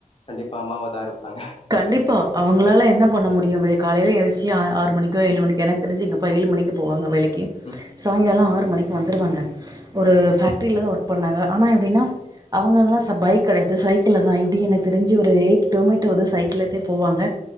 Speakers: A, on the left; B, on the right.
A: கண்டிப்பா அம்மாவ தா இருப்பாங்க
B: கண்டிப்பா அவங்களால என்ன பண்ண முடியு காலையில் எனிச்சி ஆ ஆறு மணிக்கோ ஏழு மணிக்கோ எனக்கு தெரிஞ்சு எங்கப்பா ஏழு மணிக்கு போவாங்க வேலைக் கி
A: ம்,
B: சாயங்காலோ ஆறு மணிக்கு வந்துருவாங்க ஒரு ஃபேக்டரியில தா ஒர்க் பண் பண்ணாங்க ஆனா எப்டினா அவங்க எல்லா பைக் கெடையாது சைக்கிள் தா எப்டி எனக்கு தெரிஞ்சு ஒரு ஒரு எயிட் கிலோமீட்டர் வந்து சைக்கிளேத்தே போவாங்க